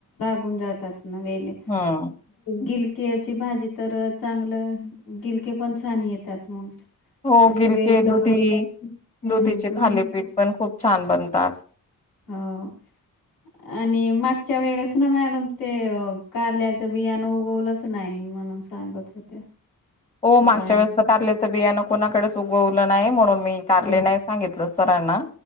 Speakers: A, on the left; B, on the left.
A: होऊन जातात ना वेली
B: हम्म
A: गिलकीयाची भाजी तर चा चांगलं गिलके पण छान येतात मग.
B: हो
A: अे
B: गिलके
A: वेल व
B: दुधी
A: हम्म
B: दुधीचे
A: त
B: थालीपीठ पण खूप छान बनतात.
A: हो आणि मागच्या वेळच ना मॅडम ते कारल्याच्या बियानं उगवलंच नाही म्हणून सांगत होते
B: हो मागच्या
A: बाय
B: वेळेस कारलेचं बियानं कोणाकडेच उगवलं नाही म्हणून मी कारले
A: हो
B: नाही सांगितलं सरणा